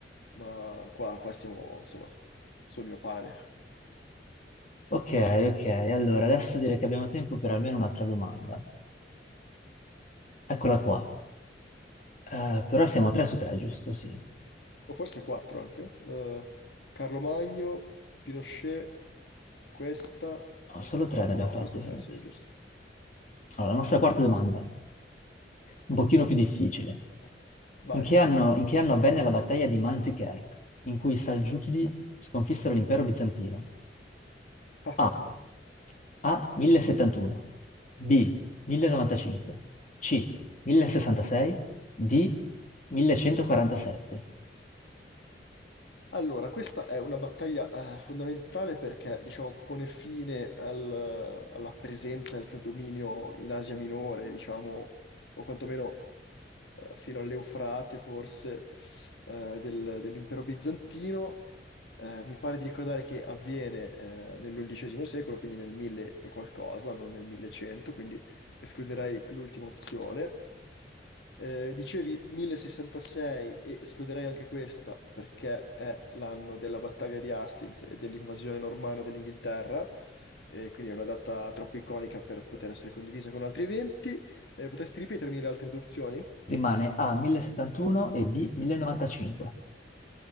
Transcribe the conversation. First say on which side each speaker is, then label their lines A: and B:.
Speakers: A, on the left; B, on the left.
A: ma qua, qua siamo, insomma, sul mio pane.
B: Ok, ok, allora adesso direi che abbiamo tempo per almeno un'altra domanda. Eccola qua. Eh, però siamo a 3 su 3, giusto? Sì.
A: O forse quattro anche. eh. Carlo Magno, Pinochet, questa...
B: No, solo 3 ne abbiamo
A: No,
B: fatte.
A: forse tre,
B: fino-
A: sì,
B: sì.
A: è giusto.
B: Allora, la nostra quarta domanda, un pochino più difficile.
A: Vai.
B: In che anno, in che anno avvenne la battaglia di Manzikert, in cui i Salgiuchidi sconfissero l'impero bizantino?
A: <laughs>
B: A. A. 1071. B. 1095. C. 1066. D. 1147.
A: Allora, questa è una battaglia eh, fondamentale perché, diciamo, pone fine al- alla presenza e al predominio in Asia Minore, diciamo, o quantomeno eh, fino all'Eufrate, forse, eh, del- dell'impero bizantino. Eh, mi pare di ricordare che avviene eh, nell'undicesimo secolo, quindi nel 1000 e qualcosa, non nel 1100, quindi escluderei l'ultima opzione. Eh, dicevi 1066 e escluderei anche questa perché è l'anno della battaglia di Hastings e dell'invasione normanna dell'Inghilterra, e quindi è una data troppo iconica per poter essere condivisa con altri eventi. Eh, potresti ripetermi le altre due opzioni?
B: Rimane A. 1071 e B. 1095.